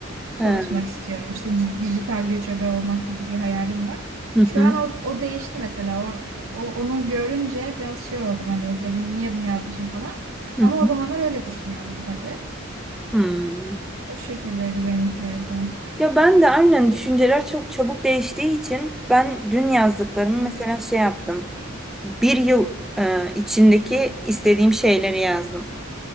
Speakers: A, on the right; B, in the centre.
A: çalışmak
B: Ha.
A: istiyorum. İşte ci- dijital göçebe olmak gibi bir hayalim var.
B: Hı hı.
A: Şu an o, o değişti mesela. O, o- onu görünce biraz şey oldum hani dedim niye bunu yazmışım falan.
B: Hı
A: Ama
B: hı.
A: o zamanlar öyle düşünüyordum tabii.
B: Hmm.
A: O şekildeydi benimkiler de.
B: Ya ben de aynen düşünceler çok çabuk değiştiği için ben dün yazdıklarımı
A: Hı hı.
B: mesela şey yaptım. Bir yıl e, içindeki istediğim şeyleri yazdım.